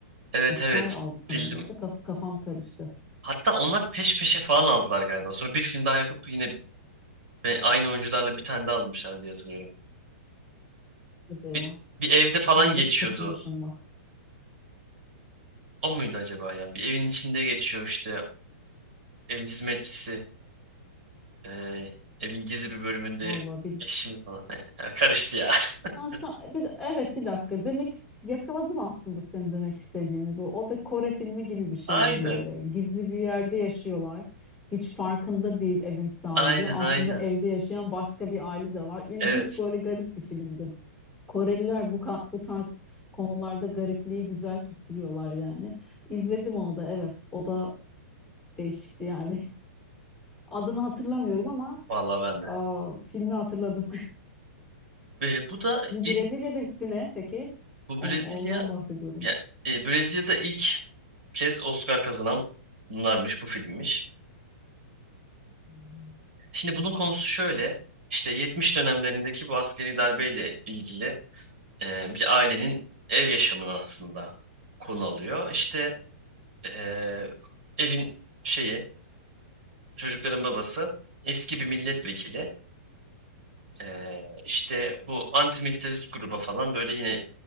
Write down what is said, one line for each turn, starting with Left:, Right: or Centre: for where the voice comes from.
Right: Evet
Centre: Oscar
Right: evet
Centre: aldı sanırım.
Right: bildim.
Centre: O da kaf- kafam karıştı.
Right: Hatta onlar peş peşe falan aldılar galiba. Sonra bir film daha yapıp yine be- aynı oyuncularla bir tane daha almışlar diye hatırlıyorum.
Centre: Hadi ya.
Right: Bir, bir evde falan
Centre: Bunu kaç-
Right: geçiyordu.
Centre: kaçırmışım bak.
Right: O muydu acaba ya? Bir evin içinde geçiyor işte. Evin hizmetçisi. eee, evin gizli bir bölümünde
Centre: Vallahi bir,
Right: eşimi falan. Ne? Ya karıştı ya. <laughs>
Centre: Ha, sa- bir, evet bir dakika. Demek yakaladım aslında senin demek istediğini. Bu o da Kore filmi gibi bir şeydi
Right: Aynen.
Centre: böyle. Gizli bir yerde yaşıyorlar. Hiç farkında değil evin sahibi.
Right: Aynen
Centre: Aslında
Right: aynen.
Centre: evde yaşayan başka bir aile de var. İlginç
Right: Evet.
Centre: böyle garip bir filmdi. Koreliler bu, ka- bu tarz konularda garipliği güzel tutturuyorlar yani. İzledim onu da evet. O da değişikti yani. <laughs> Adını hatırlamıyorum ama
Right: Vallahi ben
Centre: aa,
Right: de.
Centre: filmi hatırladım.
Right: Ve bu
Centre: <laughs>
Right: da
Centre: Bu
Right: ilk
Centre: Brezilya dizisi ne peki?
Right: bu
Centre: On-
Right: Brezilya
Centre: ondan bahsediyordum.
Right: Ya, e, Brezilya'da ilk kez Oscar kazanan bunlarmış, bu filmmiş.
Centre: Hmm,
Right: Şimdi bunun konusu şöyle. İşte 70 dönemlerindeki bu askeri darbeyle ilgili e, bir ailenin ev yaşamını aslında konu alıyor. İşte e, evin şeyi, çocukların babası eski bir milletvekili. Ee, işte bu antimilitarist gruba falan böyle yine